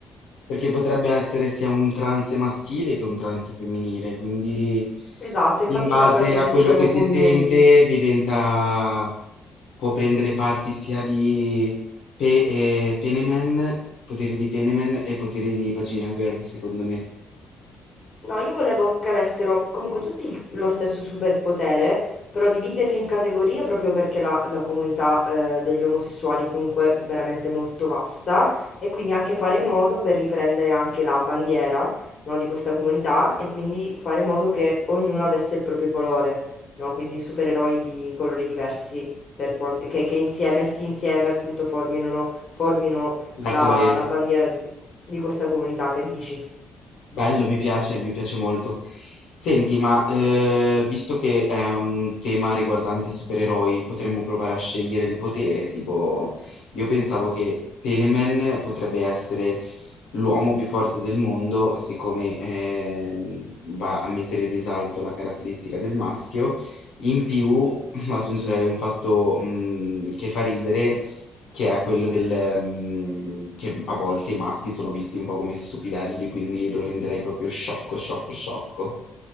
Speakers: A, on the left; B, on the left.
A: perché potrebbe essere sia un trance maschile che un trance femminile, quindi
B: Esatto, infatti
A: in base
B: per questo
A: a
B: ti
A: quello
B: dicevo
A: che si
B: community.
A: sente diventa, può prendere parti sia di pe- eh, Peneman, poteri di Peneman e poteri di Vagina Girl, secondo me,
B: No, io volevo che avessero comunque tutti il- lo stesso superpotere, però dividerli in categorie proprio perché la, la comunità eh, degli omosessuali è comunque veramente molto vasta e quindi anche fare in modo per riprendere anche la bandiera, no, di questa comunità e quindi fare in modo che ognuno avesse il proprio colore, no? Quindi supereroi di colori diversi per quan- che, che insieme, si insieme appunto formino, formino
A: l'arcobaleno.
B: la, la bandiera di, di questa comunità, che dici?
A: Bello, mi piace, mi piace molto. Senti, ma eh, visto che è un tema riguardante supereroi, potremmo provare a scegliere il potere, tipo, io pensavo che Peneman potrebbe essere l'uomo più forte del mondo, siccome ehm, va a mettere in risalto la caratteristica del maschio, in più <laughs> aggiungerei un fatto mm, che fa ridere, che è quello del, mm, che a volte i maschi sono visti un po' come stupidelli, quindi lo renderei proprio sciocco, sciocco, sciocco.